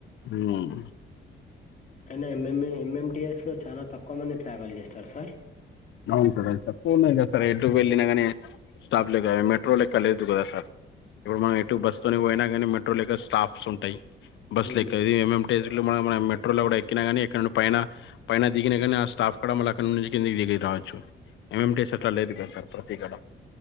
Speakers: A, on the left; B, on the left.
A: హ్మ్.
B: అయినా ఎం ఎం ఎంఎంటిఎస్లో చాలా తక్ క్కువ మంది ట్రావెల్ చేస్తారు సార్
A: అవును సార్ అవి తక్కువ ఉన్నాయి కదా సార్ ఎటు వెళ్లి యినా గాని స్టాప్లే మెట్రో లెక్క లేదు కదా సార్ ఇప్పుడు మనం ఎటు బస్సు తోని పోయినా కానీ మెట్ మెట్రో లెక్క స్టాప్స్ ఉంటయి బస్
B: ఉమ్
A: లెక్క ఇది ఎంఎంటీఎస్లో మ మ మన మెట్రో లో కూడా క్కిన గానీ ఎక్కడ నుండి పైన పైన దిగిన గాని ఆ స్టాప్ కాడా మళ్ళ అక్కడ నుంచి కిందకి దిగి రావచ్చు ఎంఎంటీఎస్ అట్లా లేదు కదా సార్ ప్రతి గడ